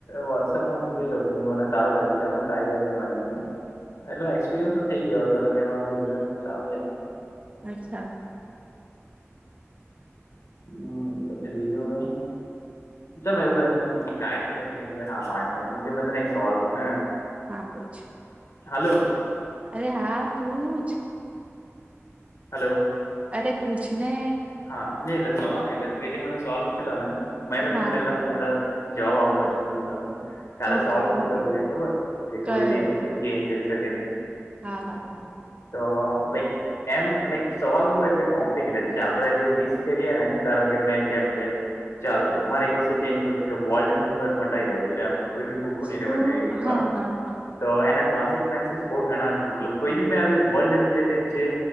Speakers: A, on the left; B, on the right.
A: વોટ્સઅપ માં મૂકેલ્યો હતો, મને સારું લાગ્યું ચાલ ટ્રાય કરજો વારને એટલે એક્સપિરિયન્સ તો થઇ ગયો થોડાક એમાં ભી એટલે સારું છે.
B: અચ્છા
A: હમ પછી બીજું કઈ મે એવ ટાઈમ કેટલો હા પાંચ મિટ જો મેં તને એક સવાલ પૂછ્યો
B: હા પૂછ
A: હાલો.
B: અરે હા તૂજ
A: હલો
B: અરે પૂછ ને
A: હા નઈ એટલે સવાલ નઈ એટલે તું જે મને સવાલ પૂછેલો ને મેછી
B: હા
A: પેલા
B: હા
A: પેલા જવાબ આવો પછી ત્રણ સાલથી કાલે
B: ઓકે
A: સવાલ પૂછી
B: ઓકે
A: લેતો ખબર કે
B: કયો
A: કોઈ બે કો ચેન્જ કરી શકે છે.
B: હા હા હા
A: તો લાઈક એમ લાઈક સવાલ બહુ એટલે કોમ્પ્લિક ચા આપડે જો વિસ કરીએ ને ધારો કે મેં કેમ કે ચાલ અમારે એક વસ્તુ ચેન્જ કરું છે કે વોલ્ટ હેંગર મટાઈ દેવું છે એમ કોઈ ભી ભૂખો
B: શું
A: નહિ રહેવા જોએ રીતે
B: હા
A: બાવ
B: હા હા
A: તો એના કોન્સિકવન્સીસ બહુ ઘણા છે, મતલબ કોઈ બી મેં વર્લ્ડ રિલેટેડ જે